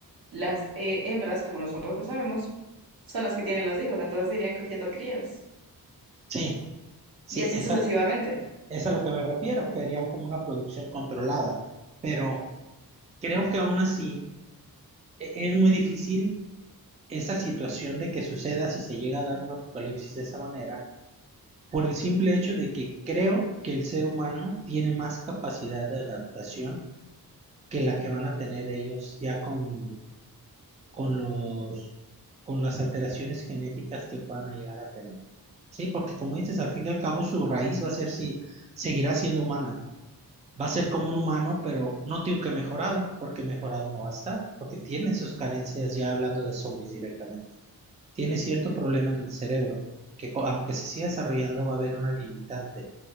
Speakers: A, on the right; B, on the right.
A: las eh, hembras, como nosotros lo sabemos, son las que tienen los hijos, entonces irían cogiendo crías,
B: sí, sí,
A: y así
B: esa,
A: sucesivamente.
B: Es a lo que me refiero, que harían como una producción controlada, pero creo que aún así e- es muy difícil esa situación de que suceda si se llega a dar un apocalipsis de esa manera, por el simple hecho de que creo que el ser humano tiene más capacidad de adaptación que la que van a tener ellos ya con, con los, con las alteraciones genéticas que puedan llegar a tener. Sí, porque como dices, al fin y al cabo su raíz va a ser si seguirá siendo humana. va a ser como un humano, pero no digo que mejorado, porque mejorado no va a estar, porque tiene sus carencias ya hablando de zombies directamente. Tiene cierto problema en el cerebro, que co- aunque se siga desarrollando va a haber una limitante.